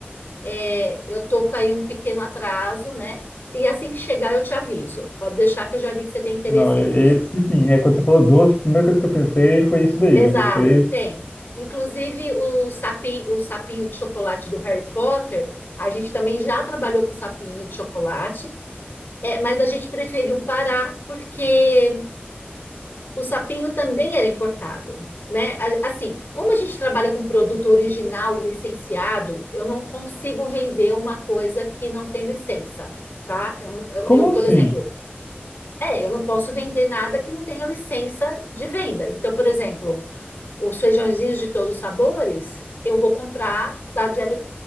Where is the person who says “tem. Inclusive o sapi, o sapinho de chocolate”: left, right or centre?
Left